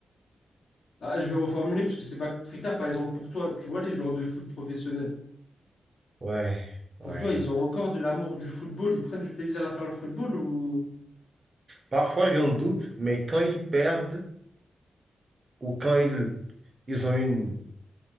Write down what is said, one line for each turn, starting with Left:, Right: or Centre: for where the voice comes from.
Left: Ah, je vais reformuler parce que c'est pas très clair. Par exemple, pour toi, tu vois les joueurs de foot professionnels,
Right: ouais, ouais.
Left: pour toi, ils ont encore de l'amour du football, ils prennent du plaisir à faire le football ou...
Right: Parfois, j'en doute, mais quand ils perdent ou quand ils, ils ont une,